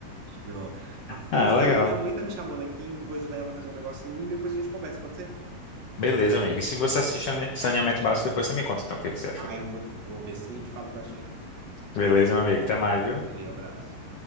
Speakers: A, on the right (about 65°); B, on the left (about 90°).
A: Ó, Afonso,
B: Ah, legal.
A: minha mãe tá me chamando aqui, eu vou ajudar ela a fazer um negocinho e depois a gente conversa, pode ser?
B: Beleza, amigo. E se você assiste Sane- Saneamento Básico, depois você me conta, então, o que que você achou.
A: Ah, eu vou, te- vou ver sim e te falo o que eu achei.
B: Beleza, meu amigo. Até mais, viu?
A: Valeu, abraço.